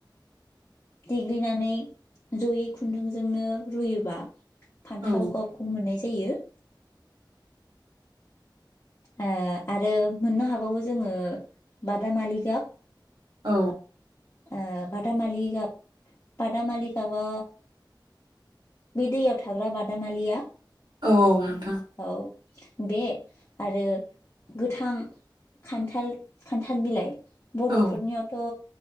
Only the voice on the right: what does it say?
औ
औ
औ नोंथां
औ